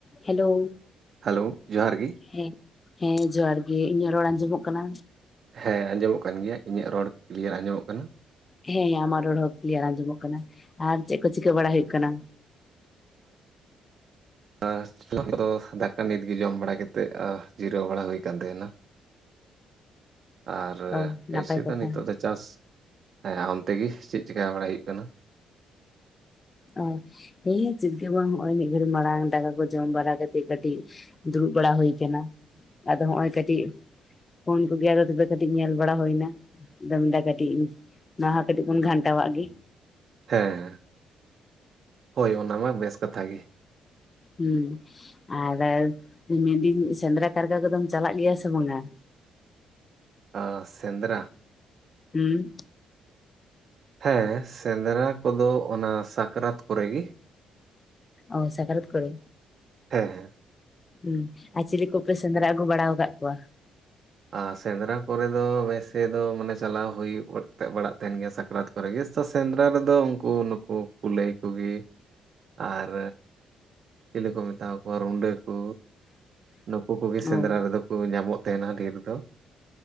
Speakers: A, on the left; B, on the right.
A: Hello
B: hello ᱡᱚᱦᱟᱨ ᱜᱮ᱾
A: ᱦᱮᱸ ᱦᱮᱸ ᱡᱚᱦᱟᱨ ᱜᱮ ᱤᱧᱟᱹᱜ ᱨᱚᱲ ᱟᱸᱡᱚᱢᱚᱜ ᱠᱟᱱᱟ
B: ᱦᱮᱸ ᱟᱸᱡᱚᱢᱚᱜ ᱠᱟᱱ ᱜᱮᱭᱟ ᱤᱧᱟᱹᱜ ᱨᱚᱲ ᱠᱞᱤᱭᱟᱨ ᱟᱸᱡᱚᱢᱚᱜ ᱠᱟᱱᱟ
A: ᱦᱮᱸ ᱦᱮᱸ ᱟᱢᱟᱜ ᱨᱚᱲ ᱦᱚᱸ ᱠᱞᱤᱭᱟᱨ ᱟᱸᱡᱚᱢᱚᱜ ᱠᱟᱱᱟ ᱟᱨ ᱪᱮᱫ ᱠᱚ ᱪᱤᱠᱟᱹ ᱵᱟᱲᱟ ᱦᱩᱭᱩᱜ ᱠᱟᱱᱟ
B: ᱟᱨ <unintelligible> ᱠᱚᱫᱚ ᱫᱟᱠᱟ ᱱᱤᱛᱜ ᱜᱮ ᱡᱚᱢ ᱵᱟᱲᱟᱛᱮᱫ ᱡᱤᱨᱟᱹᱣ ᱵᱟᱲᱟ ᱦᱩᱭ ᱟᱠᱟᱱ ᱛᱟᱦᱮᱱᱟ᱾ ᱟᱨ
A: ᱚ ᱱᱟᱯᱟᱭ
B: ᱮᱭᱥᱮ
A: ᱠᱟᱛᱷᱟ
B: ᱫᱚ ᱱᱤᱛᱚᱜ ᱫᱚ ᱪᱟᱥ ᱦᱮᱸ ᱦᱟᱱᱛᱮ ᱜᱮ ᱪᱮᱫ ᱪᱤᱠᱟ ᱵᱟᱲᱟᱭ ᱦᱩᱭᱩᱜ ᱠᱟᱱᱟ
A: ᱚ ᱦᱮᱸ ᱪᱮᱫ ᱜᱮ ᱵᱟᱝ ᱦᱚᱸᱜᱼᱚᱭ ᱢᱤᱫ ᱜᱷᱟᱹᱲᱤᱡ ᱢᱟᱲᱟᱝ ᱫᱟᱠᱟ ᱠᱚ ᱡᱚᱢ ᱵᱟᱲᱟ ᱠᱟᱛᱮᱜ ᱠᱟᱹᱴᱤᱡ ᱫᱩᱲᱩᱵ ᱵᱟᱲᱟ ᱦᱩᱭ ᱠᱟᱱᱟ, ᱟᱫᱚ ᱦᱚᱸᱜ ᱚᱭ ᱠᱟᱹᱴᱤᱡ ᱯᱷᱳᱱ ᱠᱚᱜᱮ <unintelligible> ᱛᱚᱵᱮ ᱠᱟᱹᱴᱤᱡ ᱧᱮᱞ ᱵᱟᱲᱟ ᱦᱩᱭᱱᱟ ᱫᱚᱢ ᱫᱟ ᱠᱟᱴᱤᱡ, ᱚᱱᱟ ᱦᱚᱸ ᱠᱟᱴᱤᱡ ᱵᱚᱱ ᱜᱷᱟᱱᱴᱟᱣᱟᱜ ᱜᱮ
B: ᱦᱮᱸ ᱦᱳᱭ ᱚᱱᱟ ᱢᱟ ᱵᱮᱥ ᱠᱟᱛᱷᱟ ᱜᱮ
A: ᱦᱤᱸ ᱟᱨ ᱢᱮᱱᱫᱟᱹᱧ ᱥᱮᱸᱫᱽᱨᱟ ᱠᱟᱨᱠᱟ ᱠᱚᱫᱚᱢ ᱪᱟᱞᱟᱜ ᱜᱮᱭᱟ ᱥᱮ ᱵᱟᱝᱟ?
B: ᱚ, ᱥᱮᱸᱫᱽᱨᱟ
A: ᱦᱩᱸ
B: ᱦᱮᱸ ᱥᱮᱸᱫᱽᱨᱟ ᱠᱚᱫᱚ ᱚᱱᱟ ᱥᱟᱠᱨᱟᱛ ᱠᱚᱨᱮ ᱜᱮ
A: ᱚ ᱥᱟᱠᱟᱨᱛ ᱠᱚᱨᱮ
B: ᱦᱮᱸᱻ ᱾
A: ᱦᱮᱸ ᱟᱨ ᱪᱤᱞᱤ ᱠᱚᱯᱮ ᱥᱮᱸᱫᱽᱨᱟ ᱟᱹᱜᱩ ᱵᱟᱲᱟ ᱟᱠᱟᱫ ᱠᱚᱣᱟ
B: ᱟᱨ ᱥᱮᱸᱫᱽᱨᱟ ᱠᱚᱨᱮ ᱫᱚ ᱵᱮᱥᱮ ᱫᱚ ᱢᱟᱱᱮ ᱪᱟᱞᱟᱣ ᱦᱩᱭ ᱵᱟᱲᱟᱜ ᱛᱟᱦᱮᱱ ᱜᱮᱭᱟ ᱥᱟᱠᱨᱟᱛ ᱛᱯᱚᱨ ᱜᱮᱮᱚ ᱥᱮᱸᱫᱽᱨᱟ ᱨᱮᱫᱚ ᱩᱱᱠᱩ ᱱᱩᱠᱩ ᱠᱩᱞᱟᱹᱭ ᱠᱚᱜᱮ ᱟᱨ ᱪᱤᱞᱤ ᱠᱚ ᱢᱮᱛᱟ ᱠᱚᱣᱟ ᱨᱩᱰᱟᱹ ᱠᱚ ᱱᱩᱠᱩ ᱠᱚᱜᱮ ᱥᱮᱸᱫᱽᱨᱟ
A: ᱚ
B: ᱨᱮᱫᱚ ᱠᱚ ᱧᱟᱢᱚᱜ ᱛᱮᱱᱟ ᱰᱷᱤᱨ ᱫᱚ